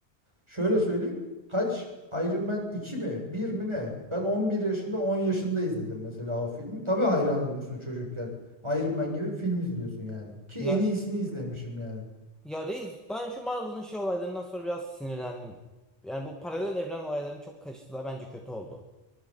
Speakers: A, on the right; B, in the centre.
A: Şöyle söyleyeyim. Kaç Iron Man 2 mi? bir mi ne? Ben 11 yaşında 10 yaşında izledim mesela o filmi. Tabii hayran olursun çocukken. Iron Man gibi film izliyorsun yani. Ki
B: Ya,
A: en iyisini izlemişim yani.
B: ya reis ben şu Marvel'ın şey olaylarından sonra biraz sinirlendim. Yani bu paralel evren olaylarını çok karıştırdılar. Bence kötü oldu.